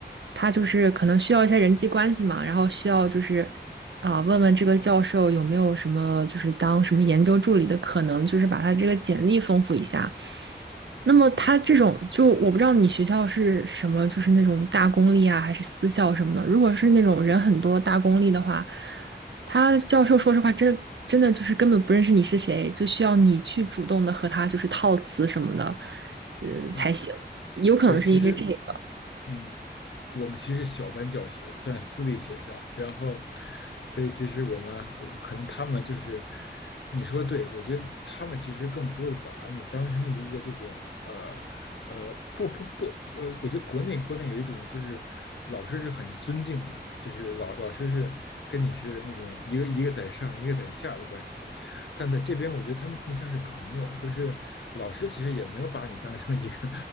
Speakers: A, on the right; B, on the left.
A: 他就是可能需要一些人际关系嘛，然后需要就是啊、问问这个教授有没有什么就是当什么研究助理的可能，就是把他这个简历丰富一下。那么他这种就我不知道你学校是什么，就是那种大公立啊，还是私校什么的。如果是那种人很多大公立的话，他教授说实话真真的就是根本不认识你是谁，就需要你去主动的和他就是套词什么的，呃才行。
B: 嗯，
A: 有可能是因为这个。
B: 对，其实，嗯，我们其实小班教学，算是私立学校，然后，所以其实我们可能他们就是，你说对，我觉得他们其实更多的把你当成一个这种呃呃不不不呃，我觉得国内国内有一种就是老师是很尊敬的，就是老老师是跟你是那种一个一个在上一个在下的关系，但在这边，我觉得他们更像是朋友，就是老师其实也没有把你当成一个